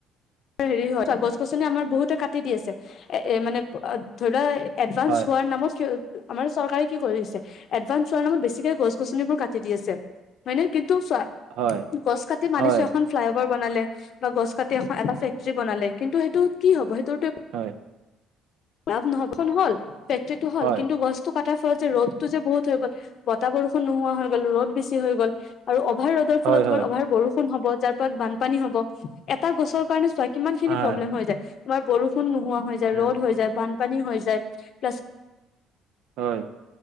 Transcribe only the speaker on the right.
হয়
হয়
হয়
হয়
হয়
হয়
হয়
হয়
উম
হয়।